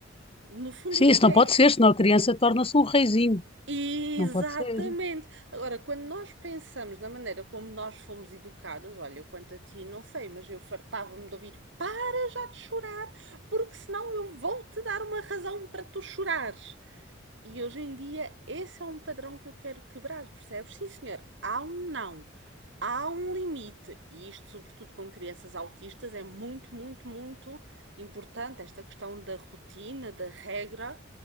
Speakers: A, on the right; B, on the left.
A: No fundo,
B: Sim,
A: o que
B: isso
A: é que
B: não
A: é
B: pode ser, senão a criança torna-se um reizinho,
A: Exatamente.
B: não pode ser.
A: Agora, quando nós pensamos na maneira como nós fomos educados, olha, eu quanto a ti, não sei, mas eu fartava-me de ouvir para já de chorar, porque senão eu vou-te dar uma razão para tu chorares. E hoje em dia esse é um padrão que eu quero quebrar, percebes? Sim, senhor, há um não, há um limite. E isto, sobretudo com crianças autistas, é muito, muito, muito importante esta questão da rotina, da regra,